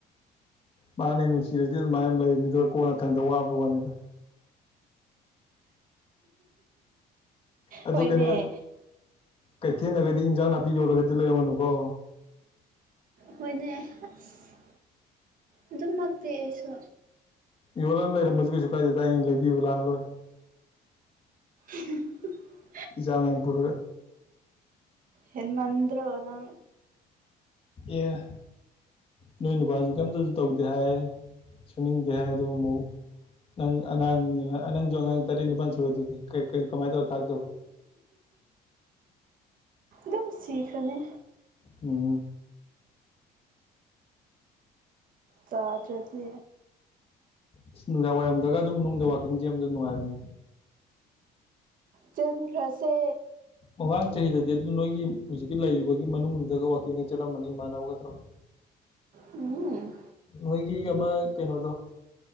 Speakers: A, on the left; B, on the right.
A: ꯃꯥꯅꯦ ꯅꯨꯡꯁꯤꯔꯁꯨ ꯑꯗꯨꯃꯥꯏꯅ ꯂꯩꯕꯅꯤꯗ ꯀꯣꯟꯅ ꯊꯪꯗ ꯋꯥꯕ ꯋꯥꯅꯤꯗ ꯑꯗꯨ
B: ꯍꯣꯏꯅꯦ
A: ꯀꯩꯅꯣ ꯀꯩꯊꯦꯜꯗꯒꯗꯤ ꯏꯟꯖꯥꯡ ꯅꯥꯄꯤ ꯌꯣꯜꯂꯒꯗꯤ ꯂꯩꯔꯝꯃꯅꯨꯀꯣ
B: ꯍꯣꯏꯅꯦ ꯑꯁ ꯑꯗꯨꯝꯃꯛꯇꯤ ꯑꯩꯁꯨ
A: ꯌꯣꯜꯂ ꯂꯩꯔꯝꯃꯁꯨ ꯀꯩꯁꯨ ꯀꯥꯏꯗꯦ ꯇ ꯑꯩꯅ ꯂꯩꯕꯤꯕꯨ ꯂꯥꯛ ꯂꯣꯏꯔꯦ
B: <unintelligible>
A: ꯏꯖꯥꯃꯄꯨꯔꯒ
B: ꯌꯦꯟ ꯃꯟꯣ ꯅꯪ
A: ꯑꯦ ꯅꯣꯏꯣꯏꯅꯕꯥꯖ ꯀꯝꯇꯁꯨ ꯇꯧꯗꯦ ꯍꯥꯏ ꯁꯨꯅꯤꯡꯗꯦ ꯍꯥꯏ ꯑꯗ ꯑꯃꯨꯛ ꯅꯪ ꯑꯉꯥꯡꯅꯤ ꯑꯅꯪꯁꯨ ꯑꯉꯥꯡ ꯇꯔꯅꯤ ꯄ ꯁꯗꯤ ꯀꯩ ꯀ ꯀꯃꯥꯏꯗꯕ ꯊꯥꯛꯗꯕ
B: ꯑꯦꯝ ꯁꯤꯈ꯭ꯔꯅꯦ
A: ꯑꯣ
B: ꯆꯥꯗꯗꯤ
A: ꯑꯁ ꯅꯨꯡꯗꯥꯡ ꯋꯥꯏꯔꯝꯗꯒ ꯑꯗꯨꯝ ꯃꯅꯨꯡꯗꯅꯨꯡ ꯋꯥꯋꯥꯛꯀꯤꯡꯁꯦ ꯌꯥꯝ ꯅꯨꯡꯉꯥꯏꯕꯅꯦ
B: ꯆꯤꯟꯈ꯭ꯔꯁꯦ
A: ꯃꯃꯥꯡ ꯆꯍꯤꯗꯗꯤ ꯑꯗꯨ ꯅꯣꯏꯒꯤ ꯍꯧꯖꯤꯛꯀꯤ ꯂꯩꯔꯤꯕꯨꯒꯤ ꯃꯅꯨꯡꯗꯨꯗꯒ ꯋꯥꯛꯀꯤꯡꯒ ꯆꯠꯂꯝꯃꯅꯤ ꯏꯃꯥꯟꯅꯕꯒꯠꯇ꯭ꯔꯒ
B: ꯎꯝ
A: ꯅꯣꯏꯒꯤ ꯑꯃ ꯀꯩꯅꯣꯗꯣ